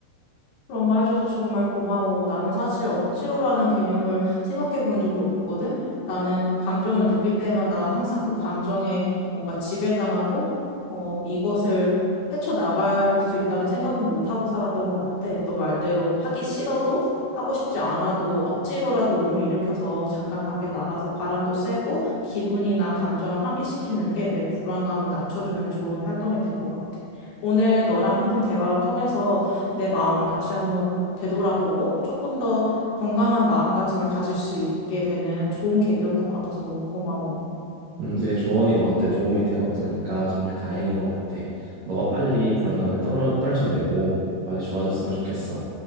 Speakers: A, on the left (about 70°); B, on the right (about 70°).
A: 그런 말 해줘서 정말 고마워. 나는 사실 억지로라는 개념을 생각해 본 적이 없거든. 나는 감정을 느낄 때마다 항상 그 감정에 뭔가 지배당하고, 어, 이것을 헤쳐나갈 수 있다는 생각은 못하고 살았던 것 같아. 너 말대로 하기 싫어도 하고 싶지 않아도 억지로라도 몸을 일으켜서 잠깐 밖에 나가서 바람도 쐬고 기분이나 감정을 환기시키는 게 내 불안감을 낮춰주는 좋은 활동이 될 것 같아. 오늘 너랑 했던 대화를 통해서 내 마음을 다시 한번 되돌아보고 조금 더 건강한 마음가짐을 가질 수 있게 되는 좋은 계기였던 것 같아서 너무 고마워.
B: 음, 내 조언이 너한테 도움이 되었다니까 정말 다행인 것 같아. 너가 빨리 불안감을 떨어, 떨쳐내고 빨리 좋아졌으면 좋겠어.